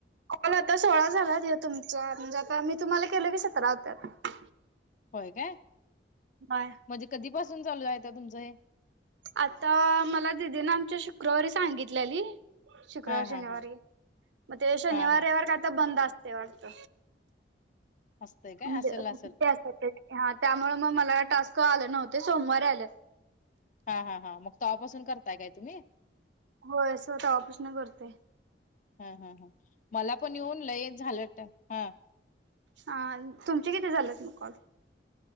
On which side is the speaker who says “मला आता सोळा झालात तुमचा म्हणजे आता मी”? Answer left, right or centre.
Right